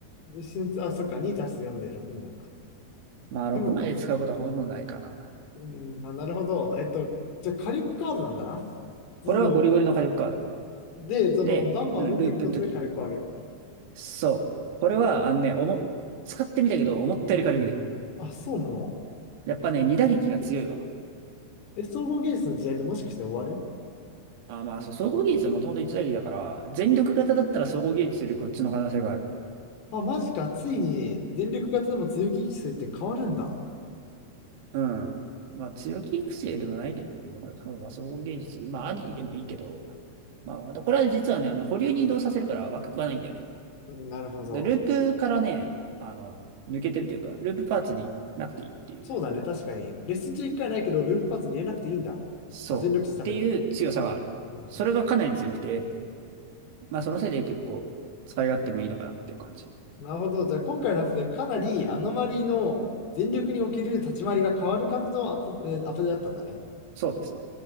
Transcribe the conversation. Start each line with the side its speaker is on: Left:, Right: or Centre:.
Left: でしあ、そっか、2足す4で6になるか。
Right: まあ、6まで使うことはほとんどないかな。
Left: でも、うん、まあ、なるほど。えっと、じゃあ火力カードなんだな。普通の。
Right: これはゴリゴリの火力カード。
Left: で、その、
Right: で、
Left: バンバン打っていくことで火力を上げていくと。
Right: うん、ループの時。そう。これは、あのね、おも、使ってみたけど、思ったより軽く出る。
Left: うん。あ、そうなの
Right: やっぱね、二打撃が強いわ。
Left: え、総合芸術の時代ってもしかして終わる
Right: あー、まあ、そう、総合技術はもともと一打撃だから、全力型だったら総合技術よりこっちの可能性がある。
Left: あ、マジか。ついに電力型でも強気機制って変わるんだ。
Right: うん。まあ、強気育成でもないけどね、全力型そうまあ、総合技術、まあ、ありでもいいけど、まあ、またこれは実はね、あの、保留に移動させるから枠食わないんだよね。
Left: うんなるほど。
Right: でループからね、あの、抜けてるというか、ループパーツになくていいっていう。
Left: そうだね、確かに。レッスン中1回ないけど、ループパスに入れなくていいんだ。
Right: そう。
Left: まあ、全力値食べるけど。
Right: っていう強さがある。
Left: うんうん
Right: それがかなり強くて、まあ、そのせいで結構使い勝手もいいのかなっていう感じ。
Left: なるほど。じゃあ、今回のアップでかなりアノマリーの全力における立ち回りが変わる感じのアップ、えーアップデートだったんだね。
Right: そうですね。